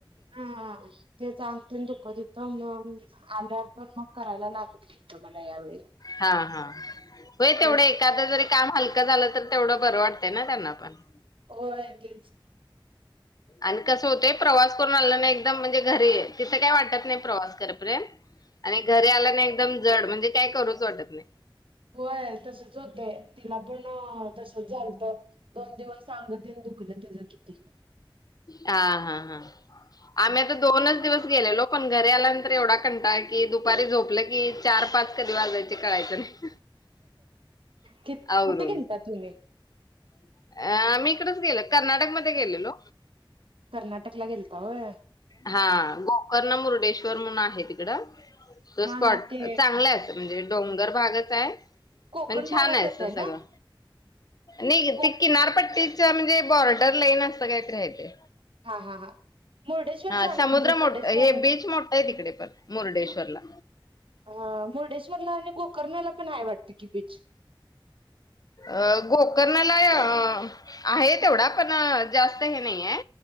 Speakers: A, on the right; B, on the left.
A: हां तेच अंग तेन दुखत होतं मंग आल्यावर पण मग करायला लागत होतं मला यावेळी
B: हां हां होय तेवढं
A: तर
B: एखादं जरी काम हलकं झालं तर तेवढं बरं वाटतंय ना त्यांना पण?
A: होय तेच.
B: आणि कसं होतंय प्रवास करून आलं ना म्हणजे एकदम घरी तिथं काय वाटत नाही प्रवास करेपर्यंत आणि घरी आल्या ना एकदम जड म्हणजे काय करूच वाटत नाही.
A: होय तसच होतंय तिला पण तसंच झालंत दोन दिवस सांधं तेन दुखलं त्याचं किती
B: हां हां हां. आम्ही आता दोनच दिवस गेलेलो पण घरी आल्यानंतर एवढा कंटाळा की दुपारी झोपलं की चार पाच कधी वाजायचे कळायचं नाही.
A: की कुठे
B: आवरून.
A: गेलतात तुम्ही?
B: अ.. मी इकडच गेलो कर्नाटकमध्ये गेलेलो.
A: कर्नाटकला गेलता होय
B: हा गोकर्ण मुर्डेश्वर म्हणून आहे. हाय तिकड. स
A: हा
B: स्कॉट
A: हा ते
B: चांगल अस म्हणजे. डोंगर भागच आहे.
A: कोकण
B: पण छान
A: भागात
B: आहे.
A: येतय
B: अस सगळं.
A: ना
B: नाही
A: को
B: ते किनारपट्टीच म्हणजे बॉर्डर लाईन असं काहीत हाय ते.
A: हा. हा. हा. मुर्डेश्वर
B: हा
A: छान
B: समुद्र
A: आहे म्हणजे
B: मोठ.
A: मुर्डेश्वर
B: हे बीच मोठा आहे. तिकडे पण मुर्डेश्वरला.
A: अ मुर्डेश्वरला आणि. गोकर्णला पण हाय वाटत कि बीच.
B: अ गोकर्णला अ आहे तेवढा पण. जास्त हे नाही आहे.